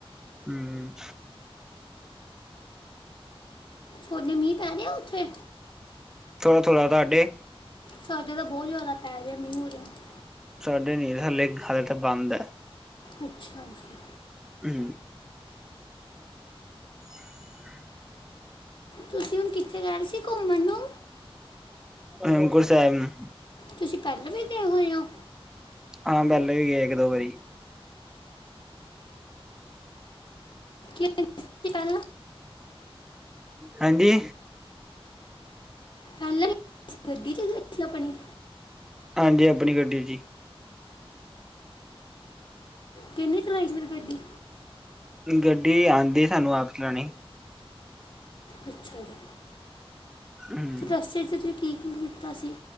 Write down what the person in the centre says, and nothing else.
ਹੂੰ ਹੂੰ,
ਥੋੜਾ ਥੋੜਾ ਤੁਹਾਡੇ
ਸਾਡੇ ਨੀ ਹਾਲੇ, ਹਾਲੇ ਤਾਂ ਬੰਦ ਐ।
ਹੂੰ, <unintelligible>
ਹੇਮਕੁਟ ਸਾਹਿਬ ਨੂੰ
ਹਾਂ ਮਿਲੇ ਵੀ, ਇੱਕ ਦੋ ਵਾਰੀ
ਹਾਂਜੀ
ਹਾਂਜੀ ਆਪਣੀ ਗੱਡੀ ਚ ਈ।
ਗੱਡੀ ਆਂਦੀ, ਸਾਨੂੰ ਆਪ ਚਲਾਣੀ।
ਹੂੰ